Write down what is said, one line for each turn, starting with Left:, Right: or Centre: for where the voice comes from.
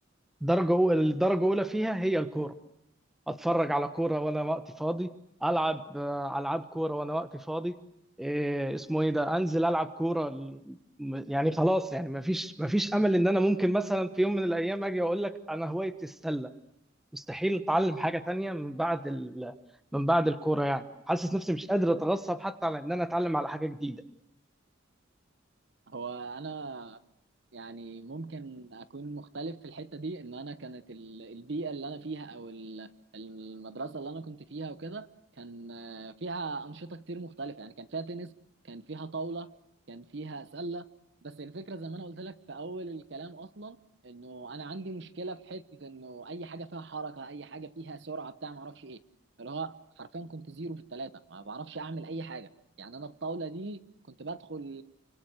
Centre: درجه اولى الدرجه اولى فيها هي الكوره اتفرج على كوره وانا وقتي فاضي العب آه، العاب كوره وانا وقتي فاضي إيه اسمه ايه ده انزل العب كوره ال- م- يعني خلاص يعني ما فيش ما فيش امل ان انا ممكن مثلا في يوم من الايام اجي واقول لك انا هوايتي السله مستحيل اتعلم حاجه تانية من بعد ال... من بعد الكوره يعني حاسس نفسي مش قادر اتغصب حتى على ان انا اتعلم على حاجه جديده
Right: هو انا يعني ممكن اكون مختلف في الحته دي ان انا كانت ال- البيئه اللي انا فيها او ال- المدرسه اللي انا كنت فيها وكده كان آه، فيها انشطه كتير مختلفه يعني كان فيها تنس كان فيها طاوله كان فيها سله بس الفكره زي ما انا قلت لك في اول الكلام اصلا انه انا عندي مشكله في حته انه اي حاجه فيها حركه اي حاجه فيها سرعه بتاع ما اعرفش ايه اللي هو حرفيا كنت زيرو في الثلاثه ما بعرفش اعمل اي حاجه يعني انا الطاوله دي كنت بدخل